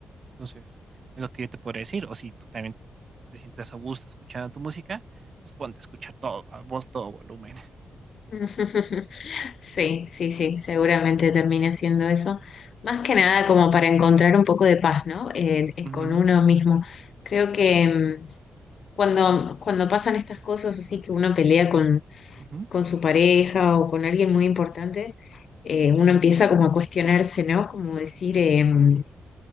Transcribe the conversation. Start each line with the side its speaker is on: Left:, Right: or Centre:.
Right: Entonces, es lo que yo te podría decir. O si tú también te sientas a gusto escuchando tu música, pues ponte a escuchar todo, a vol todo volumen. <laughs>
Left: <laughs> Sí, sí, sí, seguramente termine haciendo eso. Más que nada como para encontrar un poco de paz, ¿no? Eh, eh,
Right: Ujú,
Left: con uno mismo. Creo que mm, cuando, cuando pasan estas cosas así que uno pelea con,
Right: ujú,
Left: con su pareja o con alguien muy importante, eh, uno empieza como a cuestionarse, ¿no? Como decir, em,